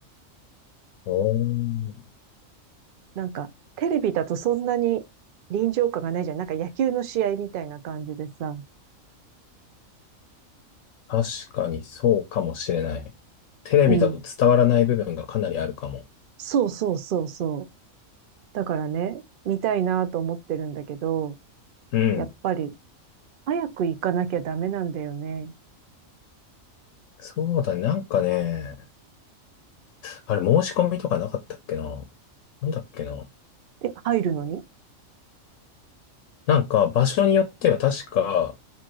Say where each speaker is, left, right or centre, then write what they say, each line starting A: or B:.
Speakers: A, on the left; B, on the right.
A: おー
B: なんか、テレビだとそんなに臨場感がないじゃん。なんか野球の試合みたいな感じでさ。
A: 確かにそうかもしれない。テレビだと伝わらない部分がかなりあるかも。
B: うん。そうそうそうそう。だからね、見たいなと思ってるんだけど、
A: うん。
B: やっぱり、早く行かなきゃダメなんだよね。
A: そうだね。なんかね、あれ申し込みとかなかったっけな。なんだっけな。
B: え、入るのに
A: なんか場所によっては確か、